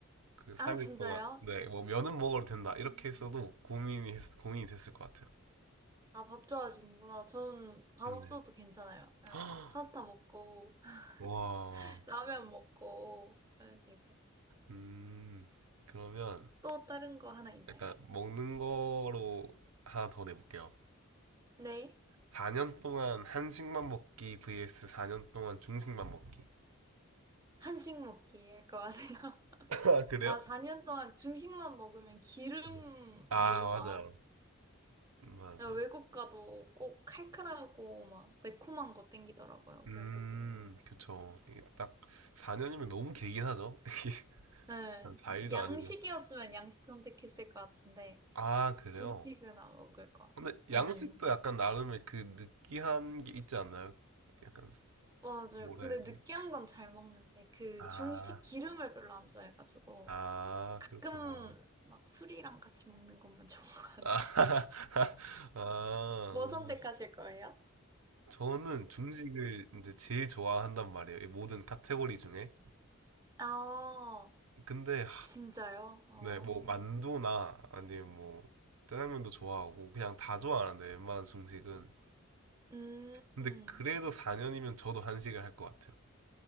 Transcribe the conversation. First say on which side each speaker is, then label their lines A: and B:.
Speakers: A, on the right; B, on the right.
A: 그 3일
B: <laughs> 아, 진짜요?
A: 동안, 네, 뭐 면은 먹어도 된다
B: 음.
A: 이렇게 했어도 고민이 했, 고민이 됐을 것 같아요.
B: 아, 밥 좋아하시는구나. 저는 밥
A: 네.
B: 없어도 괜찮아요. 그냥
A: <gasps>
B: 파스타 먹고,
A: 와,
B: <laughs> 라면 먹고, 하면 되고.
A: 음, 그러면
B: 또 다른 거 하나 있나요?
A: 약간 먹는 거로 하나 더 내볼게요.
B: 네.
A: 4년 동안 한식만 먹기 vs 4년 동안 중식만 먹기.
B: 한식 먹기 할 거 아세요? <laughs>
A: <laughs> 아, 그래요?
B: 아, 4년 동안 중식만 먹으면 기름이
A: 네. 아,
B: 너무
A: 맞아요.
B: 많아.
A: 맞아.
B: 외국 가도 꼭 칼칼하고 막 매콤한 거 땡기더라고요,
A: 음,
B: 결국에는.
A: 그쵸. 이게 딱 4년이면 너무 길긴 하죠. <laughs> 이게
B: 네.
A: 한 4일도
B: 양식이었으면
A: 아니고.
B: 양식 선택했을 것 같은데,
A: 아, 그래요?
B: 중식은 안 먹을 것
A: 근데
B: 같아요.
A: 양식도
B: 네.
A: 약간 나름의 그 느끼한 게 있지 않나요? 약간,
B: 맞아요.
A: 뭐라
B: 근데
A: 해야지?
B: 느끼한 건 잘 먹는데 그
A: 아,
B: 중식 기름을 별로 안 좋아해가지고
A: 아,
B: 가끔
A: 그렇구나.
B: 막 술이랑 같이 먹는 것만 좋아. <laughs>
A: 아, <laughs> 아,
B: 뭐 선택하실
A: 음.
B: 거예요?
A: 저는 중식을 이제 제일 좋아한단 말이에요. 이 모든 카테고리 중에.
B: 아,
A: 근데
B: 진짜요? 어,
A: 네, 뭐 만두나 아니면 뭐 짜장면도 좋아하고 그냥 다 좋아하는데 웬만한 중식은.
B: 음,
A: 근데
B: 음.
A: 그래도 4년이면 저도 한식을 할 것 같아요.